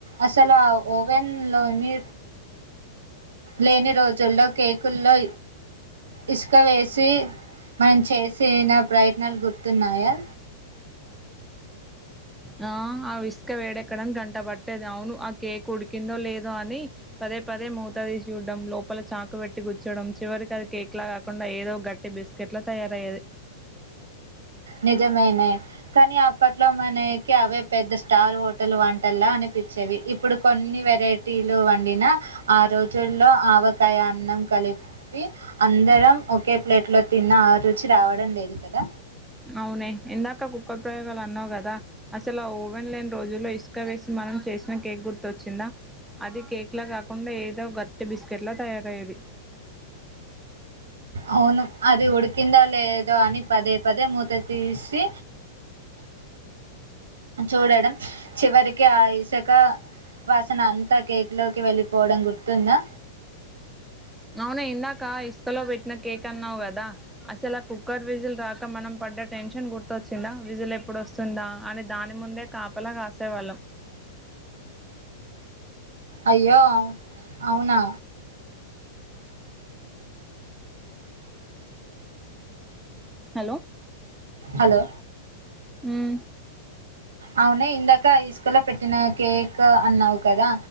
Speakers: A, on the right (about 70°); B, in the centre.
A: అసలు ఆ ఓవెన్లోని లేని రోజుల్లో కేకుల్లో ఇసుక వేసి మనం చేసిన ప్రయత్నాలు గుర్తున్నాయా
B: ఆ ఆ విసుక వేడెక్కడానికి గంట పట్టేది అవును ఆ కేక్ ఉడికిందో లేదో అని పదే పదే మూత తీసి చూడ్డం లోపల చాక పెట్టి గుచ్చోడం చివరికి అది కేక్ లా కాకుండా ఏదో గట్టి బిస్కెట్లా తయారయ్యేది
A: నిజమేనే కానీ అప్పట్లో మనకి అవే పెద్ద స్టార్ హోటల్ వంటలా అనిపించేవి ఇప్పుడు కొన్ని వెరైటీలు వండిన ఆ రోజుల్లో ఆవకాయ అన్నం కలిపి అందరం ఒకే ప్లేట్ లో తిన్న ఆ రుచి రావడం లేదు కదా
B: అవునే ఇందాక ప్రయోగాలు అన్నావు కదా అసలు ఆ ఓవెన్ లేని రోజుల్లో స్కా వేసి మనం చేసిన కేక్ గుర్తుొచ్చిందా అది కేక్ లో కాకుండా ఏదో గట్టి బిస్కెట్ లో తయారయ్యేది
A: అవును అది ఉడికిందా లేదో అని పదే పదే మూత తీస్ సి చూడడం చివరికి క ఇసుక వాసన అంతా కేక్లోకి వెళ్ళిపోవడం గుర్తుందా
B: అవునా ఇందాక ఇసుకలో పెట్టిన కేక్ అన్నావు కదా అసలా కుక్కర్ విజిల్ రాక మనం పడ్డ టెన్షన్ గుర్తొచ్చిందా విజిల్ ఎప్పుడు వస్తుందా అని దాని ముందే కాపలా కాసేవాళ్ళం
A: అయ్యో అవును అవునా
B: హలో
A: హలో
B: ఉం
A: అవునే ఇందాక ఇసుకల్లో పెట్టిన కేక్ అన్నావు కదా